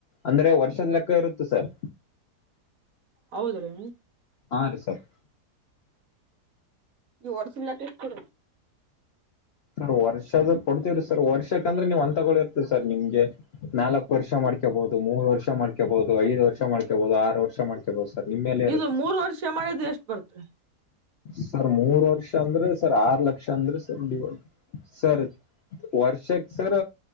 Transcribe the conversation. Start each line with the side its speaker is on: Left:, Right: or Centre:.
Left: ಅಂದ್ರೆ ವರ್ಷದ ಲೆಕ್ಕ ಇರುತ್ತ ಸರ್
Right: ಹೌದ್ರೀ
Left: ಹಾ ರೀ ಸರ್
Right: ಈ ವರ್ಸಿಲ್ಲ ಸ್ಟ್ ಕೊು
Left: ಸರ್ ವರ್ಷದ ಕೊಡ್ತಿವ್ರಿ ಸರ್ ವರ್ಷಕ ಅಂದ್ರೆ ನೀವ್ ಅಂತ ತಗಿರ್ತಿರಿ ಸರ್ ನಿಮ್ಗೆ ನಾಲ್ಕಕ್ ವರ್ಷ ಮಾಡ್ಕಬಹುದು ಮೂರ್ ವರ್ಷ ಮಾಡ್ಕೊಬಹುದು ಐದು ವರ್ಷ ಮಾಡ್ಕೊಬಹುದು ಆರು ವರ್ಷ ಮಾಡ್ಕೊಬಹುದು ಸರ್ ನಿಮ್ಮೇಲೆ ಇರುತ್ತೆರ್
Right: ಇದು ಮೂರು ವರ್ಷ ಮಾಡಿದ್ದು ಎಷ್ಟು ಬರ್ತರಿ
Left: ಸರ್ ಮೂರ್ ವರ್ಷ ಅಂದ್ರೆ ಸರ್ ಆರ್ ಲಕ್ಷ ಅಂದ್ರೆ ಸರ್ ಡಿವೈಡ್ ಸರ್ ವರ್ಷಕ್ ಸರ್